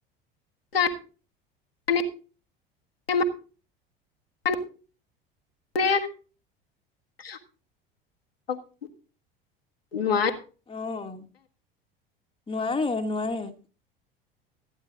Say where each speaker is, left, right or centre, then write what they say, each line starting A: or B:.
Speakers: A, on the left; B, on the left.
A: <inaudible> <inaudible> অ'। <inaudible>
B: অ', নোৱাৰে, নোৱাৰে।